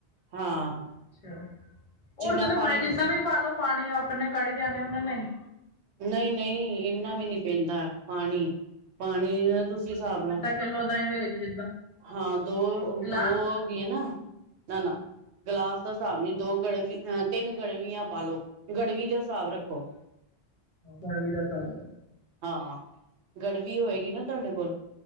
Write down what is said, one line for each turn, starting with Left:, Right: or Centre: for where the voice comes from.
Right: ਹਾਂ।
Left: ਛਾ, <unintelligible>
Right: ਜਿੰਨਾ ਪਾਣੀ
Left: ਜਿੰਨਾ
Right: ਤੁਸੀਂ
Left: ਵੀ ਪਾਲੋ ਪਾਣੀ ਆਪਨੇ ਕਾੜ ਈ ਜਾਨੈ ਉਨੇ ਨਈ।
Right: ਨਈ ਨਈ ਇੱਨਾ ਵੀ ਨੀ ਪੈਂਦਾ ਪਾਣੀ, ਪਾਣੀ ਨਾ ਤੂਸੀ ਹਿਸਾਬ ਨਾਲ
Left: ਕਿਲੋ ਦਹੀਂ ਦੇ ਵਿੱਚ ਜਿੱਦਾਂ
Right: ਹਾਂ, ਦੋ-ਦੋ
Left: ਗਿਲਾਸ
Right: ਹੋਗੀਆਂ ਨਾ ਨਾ-ਨਾ ਗਲਾਸ ਦਾ ਸ੍ਹਾਬ ਨੀ, ਦੋ ਗੜਵੀ, ਅਂ ਤਿੰਨ ਗੜਵੀਆਂ ਪਾਲੋ। ਗੜਵੀ ਜਾ ਸ੍ਹਾਬ ਰੱਖੋ।
Left: ਗਰਮੀ ਦਾ ਸਾਗ
Right: ਹਾਂ, ਗੜਵੀ ਹੋਏਗੀ ਨਾ ਤੂਆਡੇ ਕੋਲ?